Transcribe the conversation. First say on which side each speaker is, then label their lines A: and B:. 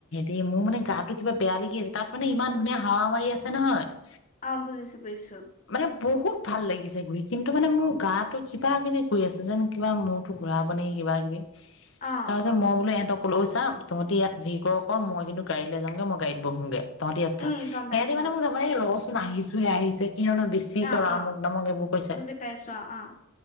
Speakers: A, on the left (about 65°); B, on the left (about 35°).
A: দেই, মোৰ মানে গাটো কিবা বেয়া লাগি আছে তাত মানে ইমান ধুনীয়া হাৱা মাৰি আছে নহয়।
B: অ', বুজিছোঁ, বুজিছোঁ।
A: মানে বহুত ভাল লাগিছে ঘূৰি, কিন্তু মানে মোৰ গাতো কিবা-কিবি কৰি আছে যেন কিবা মূৰতো ঘূৰাব নিকি, কিবা-কিবি
B: অ',
A: তাৰ পিছত মই বোলো এহঁতক লৈ চাম, তহঁতি ইয়াত যি কৰ অ, মই কিন্তু গাড়ীলে যাওঁঙগে, মই গাড়ীত বহোঙগে। তহঁতি ইয়াত থাক,
B: উম, গম
A: সিহঁতি
B: পাইছো
A: মানে মোক যাব নিদি, এহ ৰহ চো আহিছোহে, আহিছে। কিয়নো বেছি
B: অ',
A: কৰা
B: অ',
A: অমুক-তমুক এইবোৰ কৈছে।
B: বুজি পাইছো অ',